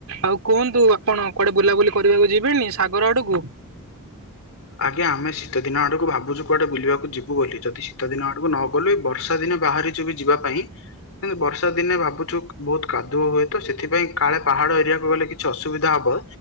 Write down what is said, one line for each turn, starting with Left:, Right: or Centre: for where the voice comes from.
Right: ଆଉ କୁହନ୍ତୁ ଆପଣ କୁଆଡେ ବୁଲାବୁଲି କରିବାକୁ ଯିବେନି ସାଗର ଆଡକୁ?
Left: ଆଜ୍ଞା ଆମେ ଶୀତ ଦିନ ଆଡକୁ ଭାବୁଛୁ କୁଆଡେ ବୁଲିବାକୁ ଯିବୁ ବୋଲି ଯଦି ଶୀତ ଦିନ ଆଡକୁ ନ ଗଲେୁ ବର୍ଷା ଦିନ ବାହାରି ବି ଯିବା ପାଇଁ। କିନ୍ତୁ ବର୍ଷା ଦିନେ ଭାବୁଛୁ ବହୁତ କାଦୁଅ ହୁଏ ତ ସେଥିପାଇଁ କାଳେ ପାହାଡ ଏରିଆକୁ ଗଲେ କିଛି ଅସୁବିଧା ହବ।